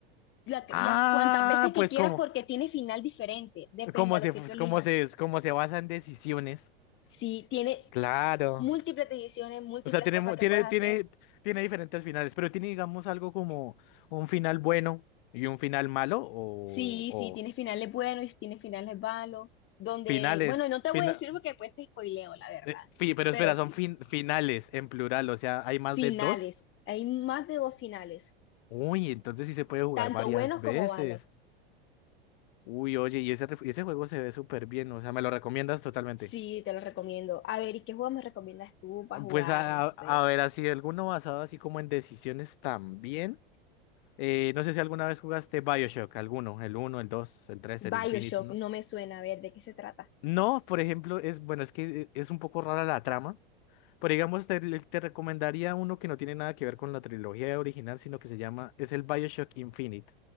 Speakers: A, on the left; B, on the left.
A: la, que-
B: Ah,
A: las cuantas veces que
B: pues
A: quieras
B: ¿cómo?
A: porque tiene final diferente, depende
B: cómo
A: a lo
B: se,
A: que tú elijas.
B: cómo se, cómo se basan decisiones.
A: Sí, tiene
B: Claro.
A: múltiples decisiones, múltiples
B: O sea, tiene,
A: cosas
B: mu-
A: que
B: tiene,
A: puedes hacer.
B: tiene, tiene diferentes finales, pero tiene, digamos, algo como un final bueno y un final malo, o,
A: Sí,
B: o
A: sí, tiene finales buenos y tiene finales malos, donde,
B: finales,
A: bueno, no te
B: fina-
A: voy a decir porque después te spoileo, la verdad,
B: eh, fi- pero
A: pero
B: espera,
A: sí.
B: son fin- finales en plural, o sea, hay más
A: Finales,
B: de dos.
A: hay más de dos finales,
B: Uy, entonces sí se puede jugar
A: tanto
B: varias
A: buenos
B: veces.
A: como malos.
B: Uy, oye, y ese, ref- ese juego se ve súper bien, o sea, me lo recomiendas totalmente.
A: Sí, te los recomiendo. A ver, ¿y qué juego me recomiendas tú para jugar?
B: Pues a,
A: No sé.
B: a ver, así, alguno basado así como en decisiones también. Eh, no sé si alguna vez jugaste Bioshock, alguno, el uno el 2 el 3 el
A: BioShock,
B: Infinite, ¿no?
A: no me suena. A ver, ¿de qué se trata?
B: No, por ejemplo, es, bueno, es que eh, es un poco rara la trama, pero digamos, te, le- te recomendaría uno que no tiene nada que ver con la trilogía original, sino que se llama, es el Bioshock Infinite,